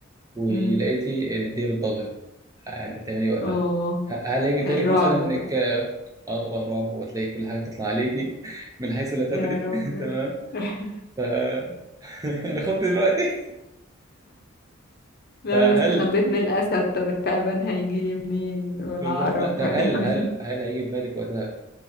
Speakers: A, on the right; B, on the left.
A: ولقيتي
B: م.
A: ان الدنيا بتضلم يعني انت بتعملي إيه وقتها
B: اوه
A: ه- هل هيجي في
B: الرعب
A: بالك مثلا انك اه آه طبعا رعب وهتلاقي كل حاجه تطلع عليكي <laughs> من حيث لا تدري
B: يا رب
A: <laughs> تمام
B: <laughs>
A: ف <laughs> انا خفت دلوقتي <laughs>
B: لو
A: فهل
B: انا استخبيت من الاسد طب التعبان هيجيلي منين والعقرب
A: بالظبط لا طب
B: هيعمل
A: هل هل
B: إيه؟
A: هل هيجي في بالك وقتها